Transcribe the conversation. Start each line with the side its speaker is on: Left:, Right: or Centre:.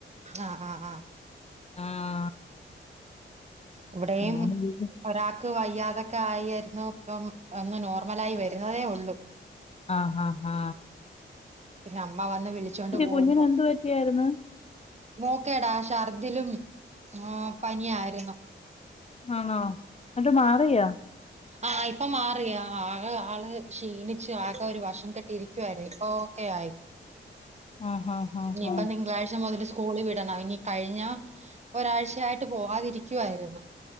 Right: ആഹ് ആഹ് ആ്
Left: ആഹ്
Right: ഇവിടെയും
Left: അങ്ങനെരിക്കും
Right: ഒരാക്ക് വയ്യാതൊക്കെ ആയിയാർന്നു ഇപ്പം ഒന്ന് നോർമലായി വരുന്നതേ ഉള്ളൂ
Left: ആഹ് ആഹാ ഹാ
Right: പിന്നെ അമ്മ വന്ന് വിളിച്ചോണ്ട് പോവുമ്പോ
Left: കുഞ്ഞിന് എന്ത് പറ്റിയായിരുന്നു
Right: മോക്കെടാ ഷർദിലും ആ പനിയായിരുന്നു
Left: ആണോ ന്നിട്ട് മാറിയൊ
Right: ആഹ ഇപ്പൊ മാറിയ ആകെ ആള് ക്ഷീണിച്ച് ആകെ ഒരു വശം കെട്ടി ഇരിക്കുവായിരുന്നു ഇപ്പൊ ക്കെ ആയി
Left: ആഹ് ആഹ് ആഹ്
Right: ഇഞ്ഞിപ്പം തിങ്കളാഴ് മുതൽ സ്കൂ ളില് വിടണം ഇനി കഴിഞ്ഞ ഒരാഴ്ചയായിട്ട് പോവാതിരിക്കുവായിരുന്നു